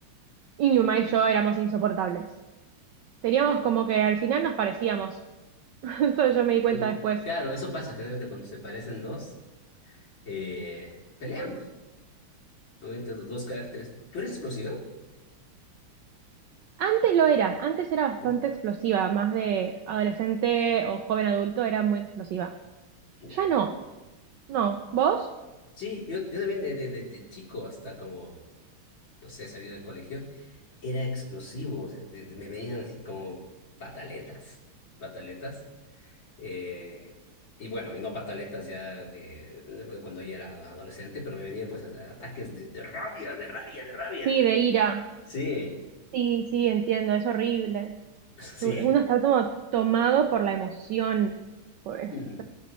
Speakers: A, on the right (about 65°); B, on the left (about 60°).
A: Y mi mamá y yo éramos insoportables. Teníamos como que al final nos parecíamos. <laughs> Eso yo me di cuenta
B: Mm.
A: después.
B: Claro, eso pasa generalmente cuando se parecen dos, eh, pelean, pues. Normalmente do- dos caracteres. ¿Tú eres explosivo?
A: Antes lo era, antes era bastante
B: Sí.
A: explosiva, más de adolescente o joven adulto era muy explosiva.
B: Ya.
A: Ya no, no. ¿Vos?
B: Sí, yo, yo también de, de, de, de chico hasta como, no sé, salir del colegio, era explosivo. o sea, de- de- me venían así como pataletas, pataletas. Eh, y bueno, y no pataletas ya de, de pues, cuando yo era adolescente, pero me venían pues ataques de, de rabia, de rabia, de rabia.
A: Sí, de ira.
B: Sí,
A: Sí, sí, entiendo, es horrible.
B: <laughs>
A: Uno
B: sí,
A: está como tomado por la emoción. Por esa-
B: Mm,